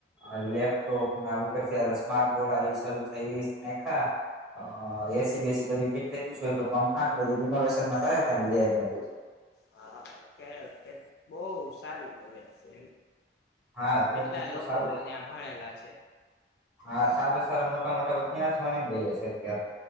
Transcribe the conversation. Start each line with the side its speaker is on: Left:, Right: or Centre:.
Centre: અ લેપટોપ ને ઉપરથી આ સ્માર્ટ બોર્ડ આવી ન શરૂ થઈ ઈ નાયખા હ એસી બેસી બધી ફીટ થઈ ગયું શે અવે પંખા ન બધી રિનોવેશન માં કરાવી લેઈટને બધું.
Left: હા કે કે બઉ સારી કોલેજ છે.
Centre: હા અત્યારે
Left: કેટલા
Centre: તો એમ તો
Left: લોકો
Centre: સારું
Left: ત્યાં ભણેલા છે
Centre: હા સારું સારું મોટા મોટ મોટા <unintelligible> છે અત્યાર